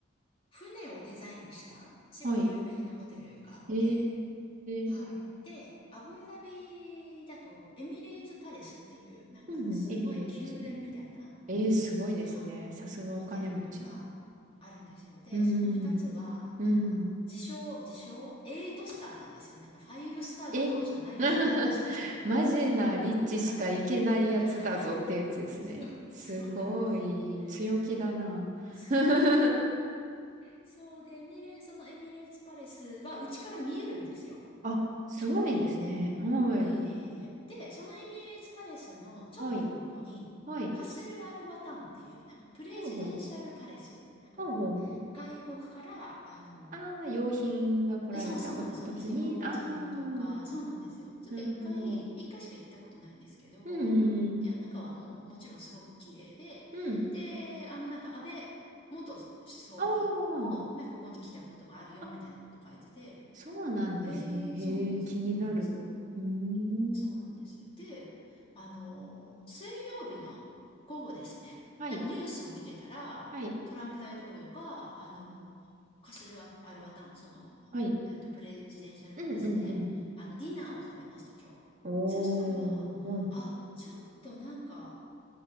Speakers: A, on the left; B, on the right.
A: 船をデザインした、すごい有名なホテルがあって、
B: お、はい。え
A: はい。
B: えー。
A: で、アブダビだと、エミレーツパレスっていう、なんかもうすんごい宮殿みたいな、
B: うんうん。エミレーツ。ええー、すごいですね。
A: はい、
B: さすがお金持ちの。
A: ホテルがあるんですよ。で、
B: うーん。
A: その二つは、
B: うん。
A: なんか、自称、自称、エイトスターなんですよ。なんか、ファイブスターどころじゃないぞ、
B: え <laughs>
A: 私たちは、みたいな。
B: マジなリッチしか行けないやつだぞってやつですね。
A: はい。<laughs> はい。そう、
B: すごい、
A: そうなんです。
B: 強気だな。
A: はい。強気。
B: <laughs>
A: そうで、エミレ、そのエミレーツパレスは、うちから見えるんですよ。
B: あ、すごいですね。
A: うちから見えて、
B: はい。
A: いえいえいえいえ。で、そのエミレーツパレスのちょっと横に、
B: はい。はい。
A: カスル・アル・ワタンっていう、なんかプレジデンシャル・
B: ほうほう。
A: パレス。なんかこう、
B: ほうほうほう。
A: 外国から、あの、
B: ああ、用品が来られたこ時に、
A: こうそう、そうなんです、そうです。要人とか、
B: ああ、
A: そうなんですよ。ちょっと一回、
B: なるほど。
A: 一回しか行ったことないんですけど、
B: うんうん
A: まあ、いや、中はもう、もちろんすごく綺麗で、
B: うん。うん。
A: で、あの、なんか安倍元総理も、
B: あ
A: なんかここに来たことがあるよ、
B: あ、あ、
A: みたいなこと書いてて、
B: そうなんですね。
A: へえ、
B: へえ、
A: そうなんです、
B: 気になる。
A: そうなんですよ。
B: うー
A: そうなんです。
B: ん。
A: で、あの、水曜日の午後ですね。
B: はい。
A: なんかニュースを見てたら、
B: はい。
A: トランプ大統領が、あの、カスルア、アルワタン、その、
B: はい。
A: えっと、プレジデンシャルパレスで、
B: うんうんうん。
A: あの、ディナーを食べますと、今日。
B: おー、
A: そしたら、
B: はい。
A: あ、ちょっとなんか、